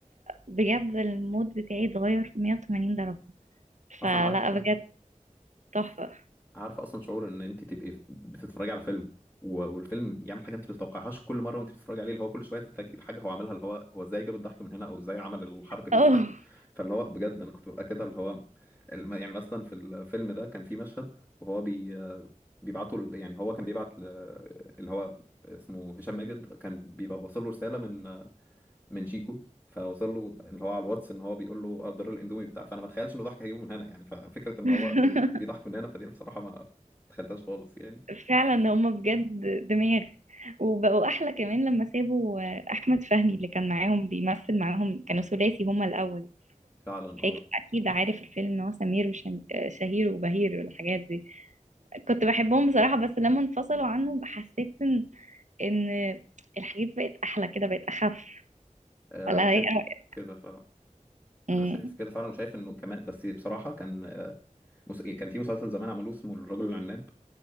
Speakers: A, on the right; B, on the left.
A: بجد المود بتاعي اتغير 180 درجه فلا
B: اصلا عارف
A: بجد
B: آه،
A: تحفه
B: عارفه اصلا شعور ان انت تبقي بتتفرجي على فيلم و- والفيلم يعمل حاجه انت ما تتوقعهاش كل مره وانت بتتفرجي عليه اللي هو كل شويه تتفاجئي بحاجه هو عاملها اللي هو هو ازاي جاب الضحك من هنا او ازاي عمل الحركه دي
A: اه
B: بتاع فاللي هو بجد انا كنت ببقى كده اللي هو الم- يعني مثلا في الفيلم ده كان في مشهد وهو بي بيبعتوا ال- يعني هو كان بيبعت ل- اللي هو اسمه هشام ماجد كان بيبقى واصل له رساله من من شيكو فوصل له اللي هو على الواتس ان هو بيقول له قدر الاندومي بتاع فانا ما اتخيلش انه ضحك هيجيبه من هنا يعني ففكره ان
A: <laughs>
B: هو بيضحك من هنا فدي بصراحه ما تخيلتهاش خالص يعني
A: فعلا هما بجد دماغ وبقوا احلى كمان لما سابوا آه، احمد فهمي اللي كان معاهم بيمثل معاهم كانوا ثلاثي هما الاول
B: فعلا
A: فاك-
B: اه
A: اكيد عارف الفيلم ان هو سمير وشهير وبهير والحاجات دي كنت بحبهم بصراحة بس لما انفصلوا عنه حسيت ان إن الحاجات بقت احلى كده بقت اخف
B: آه،
A: ولا
B: انا شايف
A: ايه رأيك؟
B: كده فعلا
A: مم،
B: انا شايف كده فعلا وشايف انه كمان بس بصراحه كان آه، مس- كان في مسلسل زمان عملوه اسمه الرجل العناب